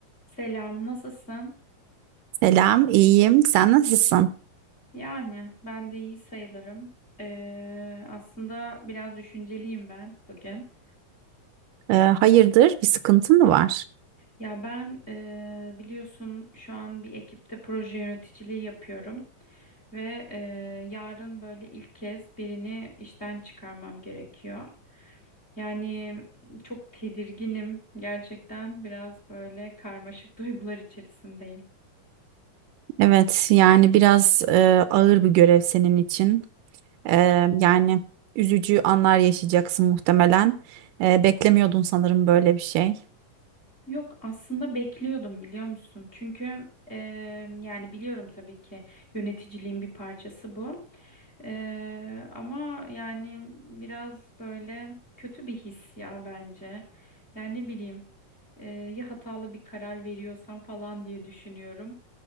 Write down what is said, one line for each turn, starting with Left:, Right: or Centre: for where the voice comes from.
Left: Selam, nasılsın?
Right: Selam, iyiyim. Sen nasılsın?
Left: Yani ben de iyi sayılırım. Ee, aslında biraz düşünceliyim ben bugün.
Right: Ee, hayırdır, bir sıkıntın mı var?
Left: Ya ben ee, biliyorsun şu an bir ekipte proje yöneticiliği yapıyorum ve ee, yarın böyle ilk kez birini işten çıkarmam gerekiyor. Yani çok tedirginim gerçekten biraz böyle karmaşık <laughs> duygular içerisindeyim.
Right: Evet, yani biraz e, ağır bir görev senin için. Ee, yani üzücü anlar yaşayacaksın muhtemelen. Ee, beklemiyordun sanırım böyle bir şey.
Left: Yok aslında bekliyordum biliyor musun? Çünkü e, yani biliyorum tabii ki yöneticiliğin bir parçası bu. E, ama yani biraz böyle kötü bir his ya bence. Yani ne bileyim e, ya hatalı bir karar veriyorsam falan diye düşünüyorum.